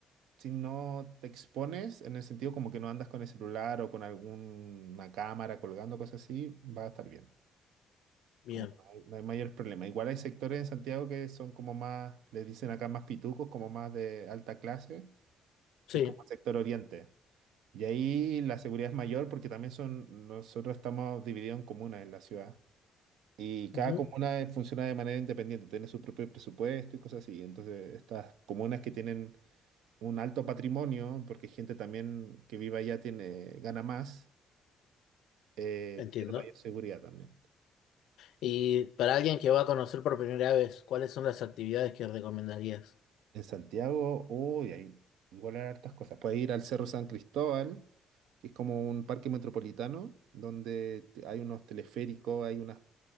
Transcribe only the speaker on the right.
si no te expones, en el sentido como que no andas con el celular o con alguna cámara colgando, cosas así, va a estar bien.
Como que no hay, no hay mayores problemas. Igual hay sectores en Santiago que son como más, les dicen acá más pitucos, como más de alta clase,
que es como el sector oriente. Y ahí la seguridad es mayor porque también son, nosotros estamos divididos en comunas en la ciudad. Y cada
comuna eh, funciona de manera independiente, tiene su propio presupuesto y cosas así. Entonces, estas comunas que tienen un alto patrimonio, porque gente también que vive allá tiene, gana más, eh,
tiene mayor seguridad también.
En Santiago, uy, hay, igual hay hartas cosas. Puedes ir al Cerro San Cristóbal, que es como un parque metropolitano, donde te- hay unos teleféricos, hay unas